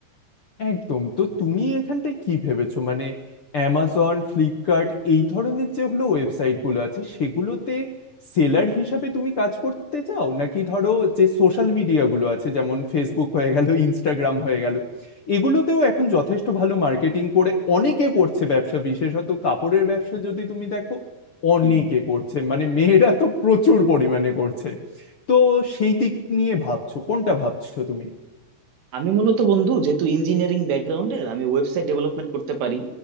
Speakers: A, on the left; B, on the right.
A: একদম তো তুমি এখানটায় কি ভেবেছো মানে অ্যামাজন ফ্লিপকার্ট এই ধরনের যে হলো ওয়েবসাইট গুলো আছে সেগুলোতে সেলার হিসাবে তুমি কাজ করতে চাও নাকি ধরো যে সোশ্যাল মিডিয়া গুলো আছে যেমন ফেসবুক হয়ে গেল ইনস্টাগ্রাম হয়ে গেল এগুলোতেও এখন যথেষ্ট ভালো মার্কেটিং করে অনেকে করছে ব্যবসা বিশেষত কাপড়ের ব্যবসা যদি তুমি দেখো অনেকে
B: হুম
A: করছে মানে মেয়েরা তো প্রচুর পরিমাণে করছে তো সেই দিক নিয়ে ভাবছো কোনটা ভাবছো তুমি
B: আমি মূলত বন্ধু যেহেতু ইঞ্জিনিয়ারিং ব্যাকগ্রাউন্ডের আমি ওয়েবসাইট ডেভেলপমেন্ট করতে পারি